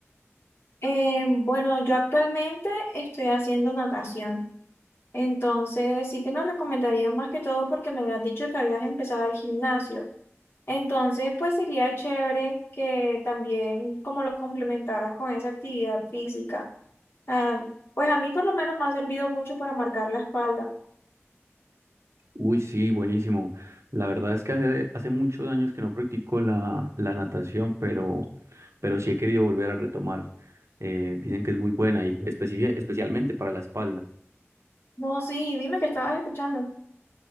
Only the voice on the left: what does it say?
Eh, bueno, yo actualmente estoy haciendo natación, entonces sí te lo recomendaría más que todo porque me habías dicho que habías empezado el gimnasio. Entonces, pues sería chévere que también como lo complementaras con esa actividad física. Ah, pues a mí por lo menos me ha servido mucho para marcar la espalda.
No, sí, dime que estabas escuchando.